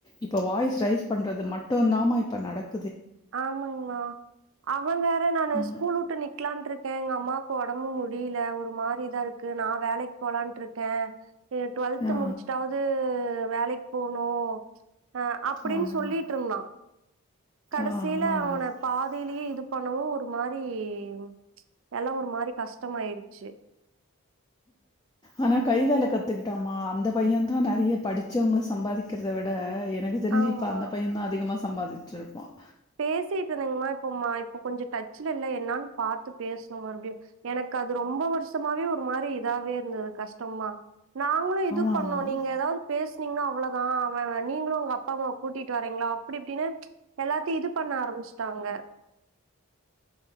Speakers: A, on the left (about 20°); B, on the right (about 60°).
A: இப்ப வாய்ஸ் ரைஸ் பண்றது மட்டுதாம இப்ப நடக்
B: ஆமாங்மா ஆஹ அவ வேற நான்
A: ம்
B: ஸ்கூல் விட்டு நிக்கலானு இருக்கேன்ங்க அம்மாக்கு உடம்பு முடியல ஒரு மாதிரிதா இருக்கு நா வேலைக்கு போலான்ட்டு இருக்கே கே டுவெல்து
A: ஆ
B: முடிச்சுட்டாவது வேலைக் போனு அஹ் அப்படின்னு
A: ஆம்
B: சொல்லிட்டு இருந்தான் கடைசியில
A: ஆ ஆ
B: அவன பாதியிலயே இது பண்ணவும் ஒரு மாரி ச்சு எல்லா ஒரு மாரி கஷ்டம் ஆயிடுச்சு
A: ஆனா கை வேலை கத்துக்கிட்டாமா அந்த பையன் தான் நெறைய படிச்சவங்க சம்பாதிக்கிறதை விட என் எனக்கு தெரிஞ்சு
B: ஆமா
A: இப்ப அந்த பையும் அதிகமாக சம்பாதிட்டு இருப்போம்
B: பேசிட்டு இருந்தீங்கமா இப்போ மா இப்போ கொஞ்சோ டச்ல இல் என்னு பாத்து பேசணும் மறுபடியும் எனக்கு அது ரொம்ப வருஷமாவே ஒரு மாரி இதாவே இருந்தது கஷ்டமா நாங்களும் இது
A: ஆனா
B: பண்ணோம்
A: அவ
B: நீங்க ஏதாவது பேசனீங்கன்னா அவ்ளோ ஆ அவ வ நீங்களும் உங்க அப்பா அம்மா கூட்டிட்டு வரீங்களா அப்படி அப்படின்னு ச்சு எல்லாத்த இது பண்ண ஆரம்பிச்சிட்டாங்க